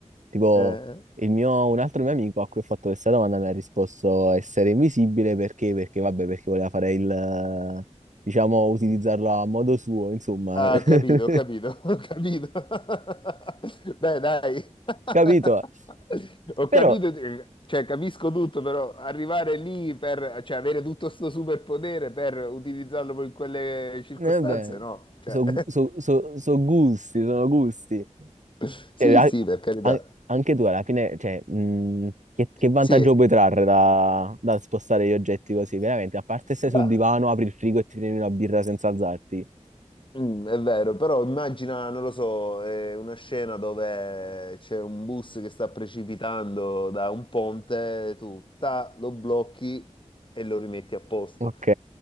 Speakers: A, on the right; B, on the left.
A: Tipo,
B: eh.
A: il mio- un altro mio amico a cui ho fatto questa domanda mi ha risposto essere invisibile perché, perché vabbè, perché voleva fare il, eh, diciamo, utilizzarlo a modo suo, insomma.
B: Ah,
A: <laughs>
B: ho capito, ho capito, <laughs> ho capito. <laughs> Beh, dai. <laughs>
A: Capito?
B: Ho
A: Però,
B: capito, eh, cioè capisco tutto, però arrivare lì per, cioè avere tutto sto superpotere per utilizzarlo poi in quelle circostanze,
A: eh beh,
B: no. Cioè.
A: so so- so- so gusti, sono gusti.
B: <laughs> Sì,
A: Cioè, a-
B: sì, per carità.
A: a- anche tu alla fine, cioè, mh, che, che vantaggio
B: Sì,
A: puoi trarre da, da spostare gli oggetti così? Veramente, a parte stai
B: ma
A: sul divano, apri il frigo e ti prendi una birra senza alzarti.
B: Mm, è vero, però immagina, non lo so, eh, una scena dove c'è un bus che sta precipitando da un ponte, tu ta, lo blocchi e lo rimetti a posto
A: Ok.